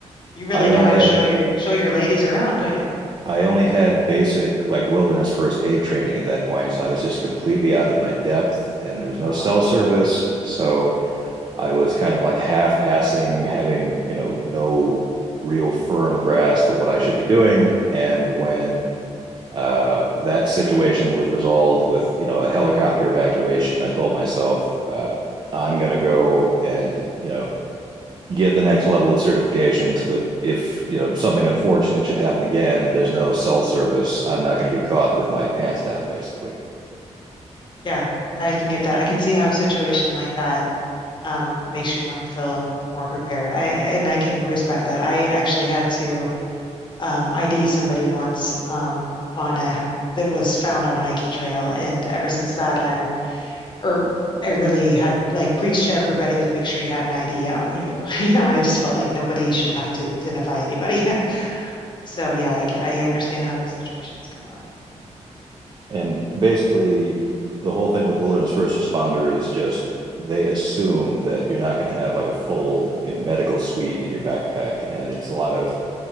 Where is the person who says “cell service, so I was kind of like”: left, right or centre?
Right